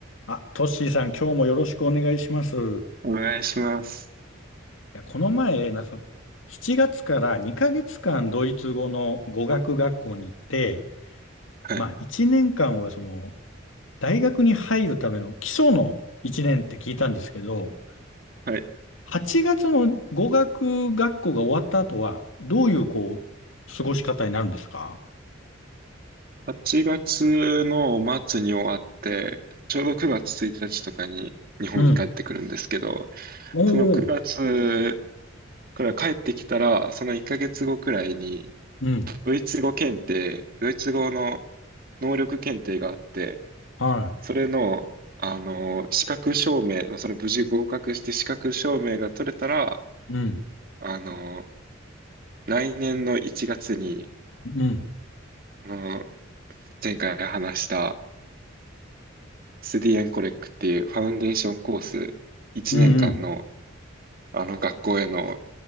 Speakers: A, on the left; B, on the right.
A: あ、トッシーさん、今日もよろしくお願いします。い
B: お願いします。
A: や、この前、なんか、7月から2ヶ月間ドイツ語の語学学校に行って、
B: はい。
A: まあ、1年間はその、大学に入るための基礎の1年って聞いたんですけど、
B: はい。
A: 8月の語学学校が終わった後は、どういう、こう、過ごし方になるんですか
B: 8月の末に終わって、ちょうど9月1日とかに日本に帰ってくるんですけど、
A: うん。おお、
B: その9月から帰ってきたら、その1ヶ月後くらいに、
A: うん。
B: ドイツ語検定、ドイツ語の能力検定があって、
A: は
B: それの、あの、資格証明、それ無事合格して資格証明が取れたら、
A: い。うん。
B: あの、来年の1月に、
A: うん。
B: あの、前回話したスディエンコレックっていうファウンデーションコース1年間の
A: うんうん。
B: あの学校への